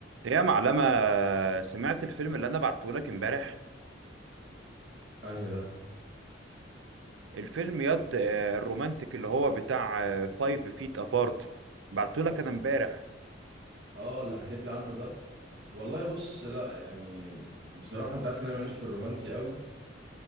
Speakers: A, on the right; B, on the right.
A: يا معلمة سمعت الفيلم اللي أنا بعته لك امبارح
B: انهي ده
A: الفيلم يد آه، الرومانتيك اللي هو بتاع فايف فيت أبارت بعته لك أنا امبارح
B: اه اللي حكيت لي عنه ده والله بص لا يعني بصراحة انت عارف ان انا ماليش في الرومانسي قوي